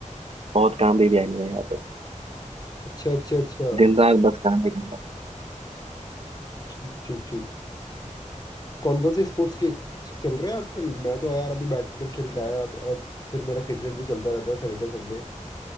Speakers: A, on the right; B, on the left.
A: बहुत काम दे दिया इन्होंने यहाँ पे
B: अच्छा अच्छा अच्छा
A: दिन रात बस काम ही करना
B: ठीक ठीक ठीक कौन कौन से स्पोर्ट्स के चल रहे हैं आजकल मैं तो यार अभी बैडमिंटन खेल के आया तो और फिर मेरा क्रिकेट भी चलता रहता है सैटरडे संडे